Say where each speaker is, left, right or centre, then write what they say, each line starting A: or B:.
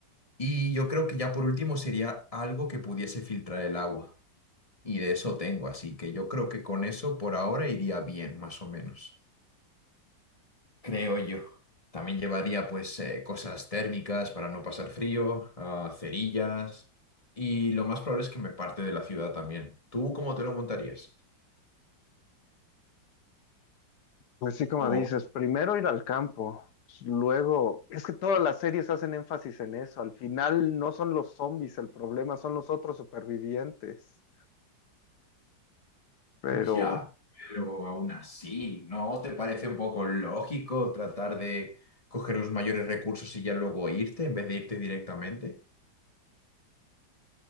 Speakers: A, on the left; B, on the left.
A: Y yo creo que ya por último sería algo que pudiese filtrar el agua. Y de eso tengo, así que yo creo que con eso por ahora iría bien, más o menos. creo yo. También llevaría pues eh, cosas térmicas para no pasar frío, ah, cerillas y lo más probable es que me parte de la ciudad también. ¿Tú cómo te lo montarías?
B: Pues sí, como
A: Oh,
B: dices, primero ir al campo, luego, es que todas las series hacen énfasis en eso, al final no son los zombies el problema, son los otros supervivientes, pero,
A: ya, pero aún así, ¿no te parece un poco lógico tratar de coger los mayores recursos y ya luego irte en vez de irte directamente?